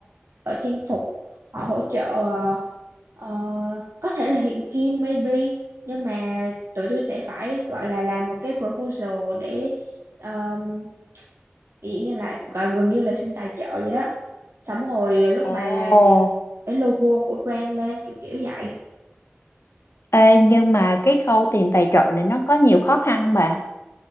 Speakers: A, on the right; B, on the left.
A: ở trang phục họ hỗ trợ ờ, ờ, có thể là hiện kim maybe nhưng mà tụi tôi sẽ phải gọi là làm một cái proposal để um, ý nghĩa là gọi gần như là xin tài trợ vậy đó xong rồi lúc
B: Ồ.
A: mà làm thì cái logo của brand lên kiểu kiểu vậy
B: Ê, nhưng mà cái khâu tìm tài trợ này nó có nhiều khó khăn không bà?